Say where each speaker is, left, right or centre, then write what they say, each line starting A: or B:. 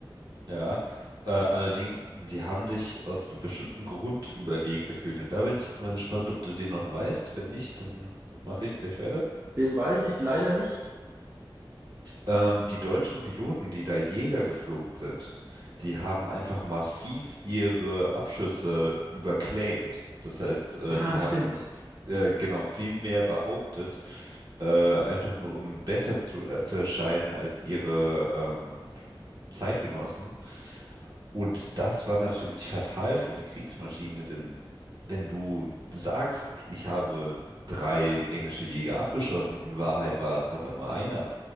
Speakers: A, on the right; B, on the right.
A: Ja, äh, allerdings, sie haben sich aus einem bestimmten Grund überlegen gefühlt. Und da bin ich jetzt mal gespannt, ob du den noch weißt. Wenn nicht, dann mache ich gleich weiter.
B: Den weiß ich leider nicht.
A: Ähm, die deutschen Piloten, die da Jäger geflogen sind, die haben einfach massiv ihre Abschüsse überclaimed. Das heißt, äh,
B: Ah,
A: die haben
B: stimmt.
A: äh, genau viel mehr behauptet, äh, einfach nur um besser zu, äh, zu erscheinen als ihre ähm, Zeitgenossen. Und das war natürlich fatal für die Kriegsmaschine, denn wenn du sagst, ich habe drei englische Jäger abgeschossen, in Wahrheit war es aber nur einer